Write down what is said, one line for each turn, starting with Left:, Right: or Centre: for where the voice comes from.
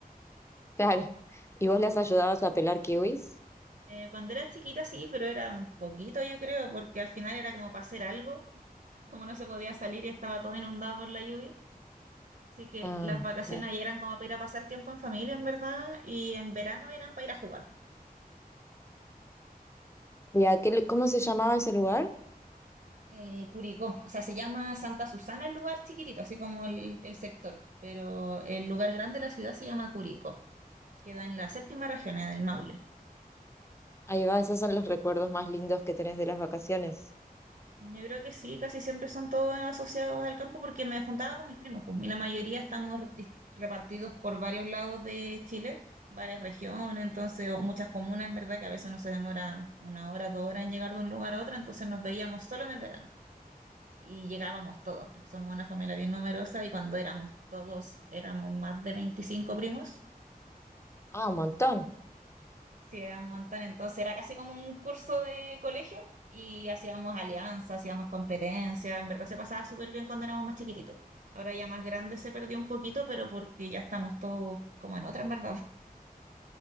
Left: <laughs> ¿Y vos las ayudabas a pelar kiwis?
Right: Eh, cuando era chiquita sí, pero era un poquito, yo creo, porque al final era como para hacer algo como no se podía salir y estaba todo inundado por la lluvia. Así que
Left: Ah,
Right: las vacaciones
Left: claro.
Right: ahí eran como para ir a pasar tiempo en familia, en verdad, y en verano eran para ir a jugar.
Left: ¿Y a qué, lu- cómo se llamaba ese lugar?
Right: Eh, Curicó, o sea, se llama Santa Susana el lugar chiquitito, así como el, el sector, pero el lugar grande de la ciudad se llama Curicó, queda en la séptima región, en el Maule.
Left: Ahí va, esos son los recuerdos más lindos que tenés de las vacaciones.
Right: Yo creo que sí, casi siempre son todos asociados al campo porque me juntaba con mis primos, pues, y la mayoría estamos dis- repartidos por varios lados de Chile, varias regiones, entonces, o muchas comunas, en verdad, que a veces uno se demora una hora, dos horas en llegar de un lugar a otro, entonces nos veíamos solo en el verano y llegábamos todos, pues somos una familia bien numerosa y cuando éramos todos, éramos más de veinticinco primos
Left: Ah, un montón.
Right: Sí, era un montón. Entonces era casi como un curso de colegio y hacíamos alianzas, hacíamos competencias. En verdad se pasaba súper bien cuando éramos más chiquititos. Ahora ya más grande se perdió un poquito, pero porque ya estamos todos como en otra, en verdad.